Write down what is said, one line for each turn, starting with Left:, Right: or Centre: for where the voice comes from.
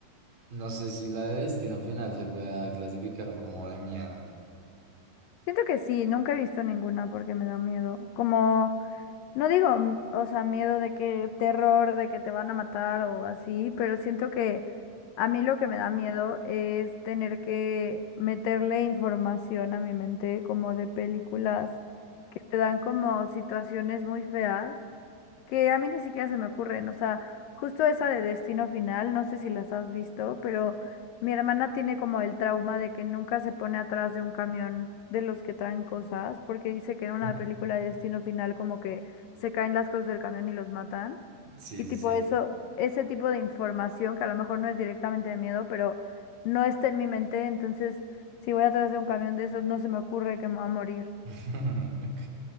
Right: no sé si la de destino final se pueda clasificar como de miedo.
Left: Siento que sí, nunca he visto ninguna porque me da miedo. Como, no digo, mm, o sea, miedo de que terror, de que te van a matar o así, pero siento que a mí lo que me da miedo es tener que meterle información a mi mente como de películas que te dan como situaciones muy feas. que a mí ni siquiera se me ocurren. O sea, justo esa de Destino Final, no sé si las has visto, pero mi hermana tiene como el trauma de que nunca se pone atrás de un camión de los que traen cosas, porque dice que en una
Right: <laughs>
Left: película de Destino Final como que se caen las cosas del camión y los matan.
Right: Sí,
Left: Y
Right: sí,
Left: tipo
Right: sí.
Left: eso, ese tipo de información que a lo mejor no es directamente de miedo, pero no está en mi mente, entonces si voy atrás de un camión de esos no se me ocurre que me va a morir.
Right: <laughs> Ok.